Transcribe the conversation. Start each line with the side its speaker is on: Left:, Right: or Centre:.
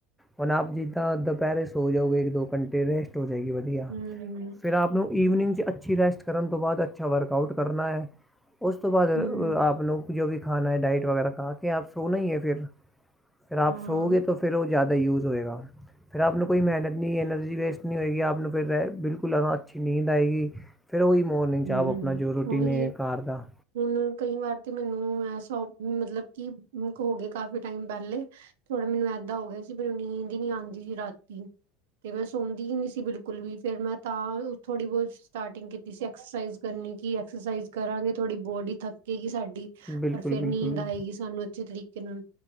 Centre: ਹੁਣ ਆਪ ਜੀ ਤਾਂ ਦੁਪਹਿਰੇ ਸੋ ਜਾਊਗੇ ਇੱਕ ਦੋ ਘੰਟੇ ਰੈਸਟ ਹੋ ਜਾਏਗੀ ਵਧੀਆ
Right: ਹੂੰ-ਹੂੰ, ਹੂੰ,
Centre: ਫਿਰ ਆਪ ਨੂੰ ਈਵਨਿੰਗ 'ਚ ਅੱਛੀ ਰੈਸਟ ਕਰਨ ਤੋਂ ਬਾਅਦ ਅੱਛਾ ਵਰਕਆਊਟ ਕਰਨਾ ਹੈ। ਉਸ ਤੋਂ ਬਾਅਦ
Right: ਹੂੰ ਹੂੰ,
Centre: ਆਪ ਨੂੰ ਜੋ ਵੀ ਖਾਣਾ ਹੈ ਡਾਇਟ ਵਗੈਰਾ ਖਾ ਕੇ ਆਪ ਸੋਣਾ ਹੀ ਹੈ ਫਿਰ ਫਿਰ ਆਪ
Right: ਹਾਂ,
Centre: ਸੋਗੇ ਤਾਂ ਫਿਰ ਉਹ ਜ਼ਿਆਦਾ ਯੂਜ ਹੋਏਗਾ ਫਿਰ ਆਪ ਨੂੰ ਕੋਈ ਮਿਹਨਤ ਨਹੀਂ ਐਨਰਜੀ ਵੇਸਟ ਨਹੀਂ ਹੋਏਗੀ ਆਪ ਨੂੰ ਫਿਰ ਰਹਿ ਬਿਲਕੁਲ ਅੱਛੀ ਨੀਂਦ ਆਏਗੀ ਫਿਰ ਉਹੀ ਮੋੜ
Right: ਹੂੰ-ਹੂੰ,
Centre: ਜਾਓ ਆਪਣਾ ਜੋ ਰੋਟੀ
Right: ਉਹੀ
Centre: ਨੇ
Right: ਹੈ।
Centre: ਘਰ ਦਾ
Right: ਹੁਣ ਕਈ ਵਾਰ ਤੇ ਮੈਨੂੰ ਐਸਾ ਮਤਲਬ ਕਿ ਹੋ ਗਏ ਕਾਫੀ ਟਾਈਮ ਪਹਿਲੇ ਥੋੜਾ ਮੈਨੂੰ ਇਦਾਂ ਹੋ ਗਿਆ ਸੀ ਪਰ ਉਹ ਨੀਂਦ ਹੀ ਨਹੀਂ ਆਉਂਦੀ ਸੀ ਰਾਤੀ ਤੇ ਮੈਂ ਸੌਦੀ ਹੀ ਨੀ ਸੀ ਬਿਲਕੁਲ ਵੀ ਫਿਰ ਮੈਂ ਤਾਂ ਥੋੜੀ ਬਹੁਤ ਸਟਾਰਟਿੰਗ ਕੀਤੀ ਸੀ ਐਕਸਰਸਾਈਜ਼ ਕਰਨੀ ਕਿ ਐਕਸਰਸਾਈਜ਼ ਕਰਾਂਗੇ ਥੋਡੀ ਬੋਡੀ ਥੱਕੇਗੀ ਸਾਡੀ
Centre: ਬਿਲਕੁਲ
Right: ਪਰ ਫਿਰ
Centre: ਬਿਲਕੁਲ
Right: ਨੀਂਦ ਆਏਗੀ ਸਾਨੂੰ ਅੱਛੇ ਤਰੀਕੇ ਨਾਲ